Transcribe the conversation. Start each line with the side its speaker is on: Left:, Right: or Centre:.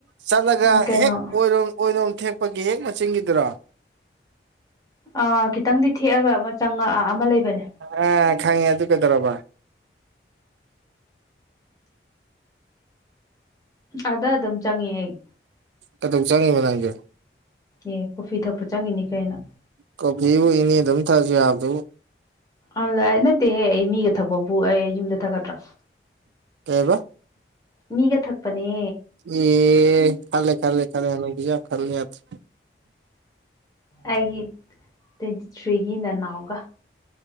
Right: ꯆꯠꯂꯒ
Left: ꯎꯝ ꯀꯩꯅꯣ
Right: ꯍꯦꯛ ꯑꯣꯏꯔꯣꯝ ꯑꯣꯏꯔꯣꯝ ꯊꯦꯛꯄꯒꯤ ꯍꯦꯛ ꯃꯆꯤꯟꯒꯤꯗꯨꯔꯣ
Left: ꯑꯥ ꯈꯤꯇꯪꯗꯤ ꯊꯦꯛꯑꯒ ꯑꯃ ꯆꯪꯉꯛꯑ ꯑꯃ ꯂꯩꯕꯅꯦ
Right: ꯑ ꯈꯪꯉꯦ ꯑꯗꯨ ꯀꯩꯗꯧꯔꯕ
Left: ꯑꯗ ꯑꯗꯨꯝ ꯆꯪꯉꯦ ꯑꯩ
Right: ꯀꯩꯗꯧ ꯆꯪꯉꯤꯕ ꯅꯪꯗꯤ
Left: ꯑꯦ ꯀꯣꯐꯤ ꯊꯛꯄ ꯆꯪꯉꯤꯅꯤ ꯀꯩꯅꯣ꯫
Right: ꯀꯣꯐꯤꯕꯨ ꯏꯅꯦꯗ ꯑꯗꯨꯝ ꯊꯛꯑꯖꯨ ꯌꯥꯕꯗꯨꯕꯨ꯫
Left: ꯑꯗꯨꯗ ꯑꯩ ꯅꯠꯇꯦꯍꯦ ꯑꯩ ꯃꯤꯒ ꯊꯛꯄꯕꯨ ꯑꯩ ꯌꯨꯝꯗ ꯊꯛꯀꯗ꯭ꯔ꯫
Right: ꯀꯩꯕ꯫
Left: ꯃꯤꯒ ꯊꯛꯄꯅꯦ꯫
Right: ꯑꯦ ꯈꯦꯜꯂꯦ ꯈꯦꯜꯂꯦ ꯈꯦꯜꯂꯦ <unintelligible> ꯈꯜꯂꯦ ꯌꯥꯗ꯭ꯔꯦ꯫
Left: ꯑꯩꯒꯤ ꯇ꯭ꯋꯦꯟꯇꯤ ꯊ꯭ꯔꯤꯒꯤ ꯅꯅꯥꯎꯒ꯫